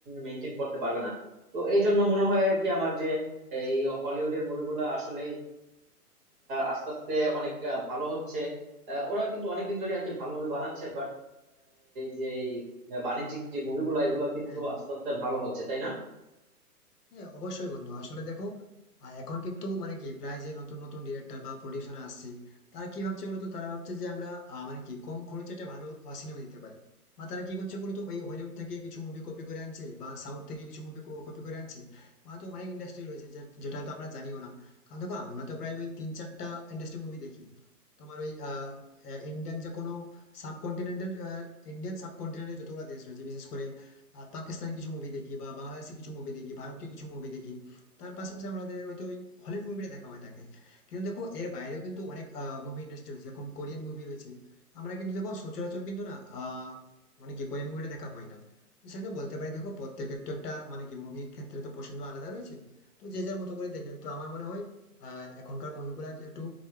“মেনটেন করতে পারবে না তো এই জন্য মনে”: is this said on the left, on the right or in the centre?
Right